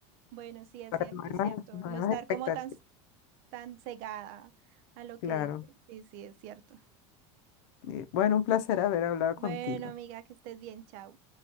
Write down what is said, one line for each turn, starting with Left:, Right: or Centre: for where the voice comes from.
Right: Bueno, sí, es
Left: para
Right: cierto,
Left: nuevas,
Right: es cierto.
Left: nuevas
Right: No estar
Left: expectativas,
Right: como tan, tan cegada a lo
Left: claro.
Right: que dicen. Sí, sí, es cierto.
Left: Y, Bueno, un placer haber hablado
Right: Bueno,
Left: contigo.
Right: amiga, que estés bien, chao.